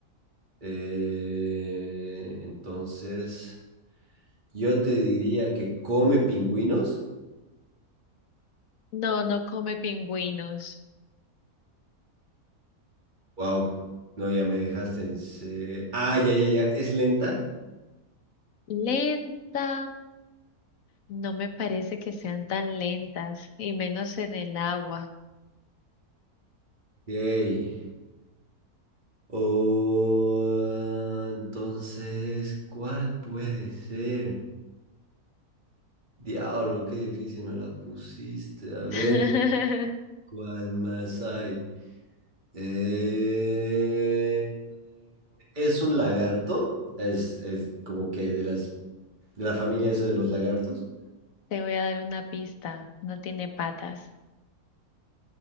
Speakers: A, on the right; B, on the left.
A: Eh, entonces, yo te diría que come pingüinos.
B: No, no come pingüinos.
A: ¡Wow! No, ya me dejaste en... se- Ah, ya, ya, ya. ¿Es lenta?
B: Lenta. No me parece que sean tan lentas, y menos en el agua.
A: Ok. Oh, entonces, ¿cuál puede ser? Diablo, qué difícil me la pusiste. A ver,
B: <laughs>
A: ¿cuál más hay? Eh, ¿es un lagarto? Es, es como que de las de la familia eso de los lagartos.
B: Te voy a dar una pista. No tiene patas.